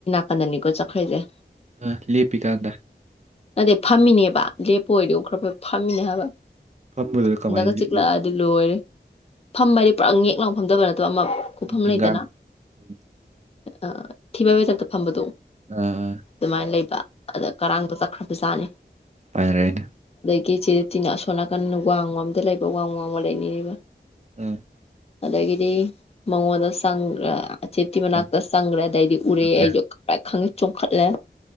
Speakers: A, on the left; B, on the right.
A: ꯑꯅꯅꯤꯀꯣ ꯆꯈ꯭ꯔꯦꯖꯦ
B: ꯑ ꯂꯦꯄꯤ ꯀꯥꯗ
A: ꯅꯗꯦ ꯐꯝꯃꯤꯅꯦꯕ ꯂꯦꯞꯄꯨ ꯑꯣꯏꯗꯤ ꯎ ꯈꯔ ꯐꯝꯃꯤꯅꯦ ꯍꯥꯏꯕ
B: ꯐꯝꯕꯗꯨꯗ ꯀꯃꯥꯏꯅ
A: ꯍꯟꯗꯒ
B: ꯂꯤꯠꯂꯤ
A: ꯆꯤꯛꯂꯛꯑꯗꯤ ꯂꯣꯏꯔꯦ ꯐꯝꯃꯗꯤ ꯄꯨꯔꯥ ꯌꯦꯛ ꯂꯥꯎ ꯐꯝꯗꯕ ꯅꯠꯇꯣ ꯑꯃ ꯀꯨꯐꯝ
B: ꯅꯤꯡꯒꯥꯡ
A: ꯂꯩꯗꯅ
B: ꯎꯝ
A: ꯑ ꯊꯤꯕꯥꯏ ꯃꯊꯛꯇ ꯐꯝꯕꯗꯣ
B: ꯑꯥ
A: ꯑꯗꯨꯃꯥꯏ ꯂꯩꯕ ꯑꯗ ꯀꯔꯥꯡꯗꯣ ꯆꯠꯈ꯭ꯔꯕ ꯕꯨꯖꯥꯅꯤ
B: ꯄꯥꯔꯦꯠ
A: ꯀꯤꯆꯦ ꯇꯤꯅ ꯑꯁꯣꯟ ꯅꯥꯀꯟꯅ ꯋꯥꯡꯃ ꯑꯝꯗ ꯂꯩꯕ ꯋꯥꯡ ꯋꯥꯡꯃ ꯂꯩꯅꯥꯔꯤꯕ
B: ꯎꯝ
A: ꯑꯗꯒꯤꯗꯤ ꯃꯉꯣꯟꯗ ꯆꯪꯒ꯭ꯔ ꯑꯆꯦꯞꯇꯤ ꯃꯅꯥꯛꯇ
B: ꯆꯪ-
A: ꯆꯪꯈ꯭ꯔꯦ ꯑꯗꯩꯗꯤ ꯎꯔꯑꯦ
B: ꯆꯪꯈ꯭ꯔꯦ
A: ꯑꯩꯖꯨ ꯈꯪꯄꯔꯦ ꯈꯪꯏ ꯆꯣꯡꯈꯠꯂꯦ